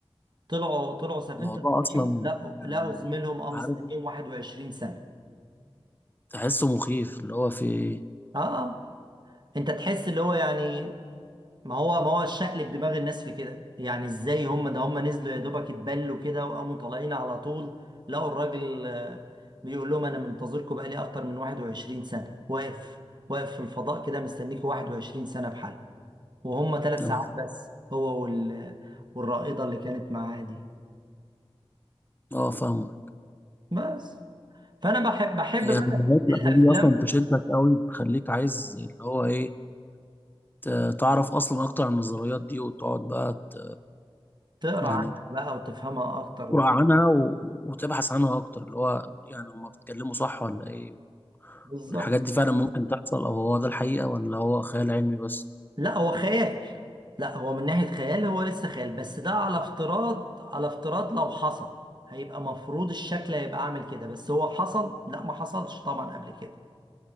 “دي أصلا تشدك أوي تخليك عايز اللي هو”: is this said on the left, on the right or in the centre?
Left